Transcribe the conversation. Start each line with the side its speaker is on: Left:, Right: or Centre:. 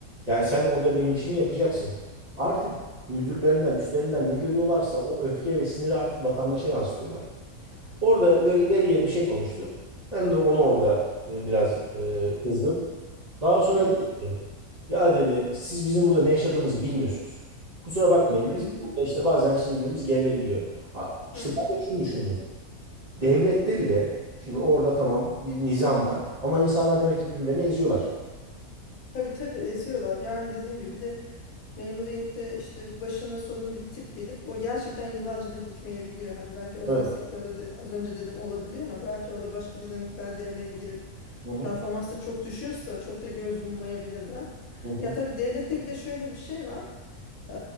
Right: Yani sen orada benim işimi yapacaksın. Artık müdürlerinden, üstlerinden ne görüyorlarsa o öfke ve siniri artık vatandaşa yansıtıyorlar. Orada böyle ileri geri bir şey konuştu. Ben de ona orada e, biraz e, kızdım. Daha sonra
Left: Hı hı.
Right: dedi ki ya dedi siz bizim burada ne yaşadığımızı bilmiyorsunuz. Kusura bakmayın
Left: Hı
Right: biz
Left: hı.
Right: burada işte bazen sinirlerimiz gerilebiliyor. A- İşte
Left: Hı hı.
Right: ben de şunu düşündüm. Devlette bile şimdi orada tamam bir nizam var ama insanlar demek ki birbirlerini eziyorlar.
Left: Tabii tabii eziyorlar. Yani dediğim gibi bir de memuriyette işte başına sorunu bir tip gelip o gerçekten yıllarca da gitmeyebiliyor. Hani belki özel
Right: Evet.
Left: sektörde de az önce dedim olabiliyor ama belki orada başka dinamikler devreye girip
Right: Hı hı.
Left: performans da çok düşüyorsa çok da göz yummayabilirler.
Right: Hı hı.
Left: Ya tabii devlette bir de şöyle bir şey var. e,